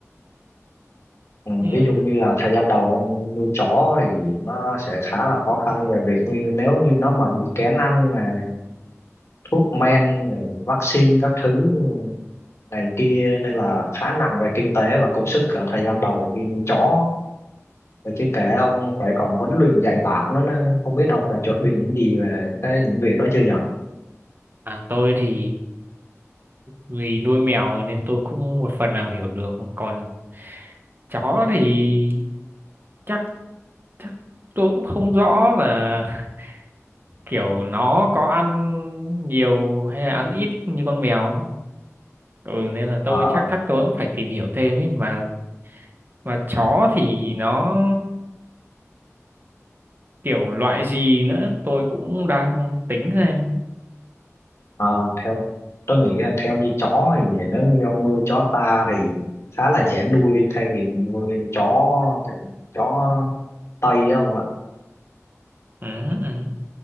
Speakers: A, on the left; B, on the right.
A: Ừ,
B: ừ
A: ví dụ như là thời gian đầu ông nuôi chó thì nó sẽ khá là khó khăn về việc như nếu như nó mà bị kén ăn mà thuốc men rồi vaccine các thứ này kia nên là khá nặng về kinh tế và công sức ở thời gian đầu khi nuôi chó và chứ kể ông phải còn huấn luyện dạy bảo nó nữa không biết ông đã chuẩn bị những gì về cái những việc đó chưa nhỉ
B: à tôi thì vì nuôi mèo nên tôi cũng một phần nào hiểu được còn chó thì chắc chắc tôi cũng không rõ là kiểu nó có ăn nhiều hay là ăn ít như con mèo ừ nên là
A: Ờ,
B: tôi chắc chắc tôi cũng phải tìm hiểu thêm ấy mà mà chó thì nó kiểu loại gì nữa tôi cũng đang tính xem
A: Ờ, theo tôi nghĩ là theo như chó thì nếu như ông nuôi chó ta thì khá là dễ nuôi thay vì nuôi chó kiểu chó Tây á ông ạ
B: ừ, ừ.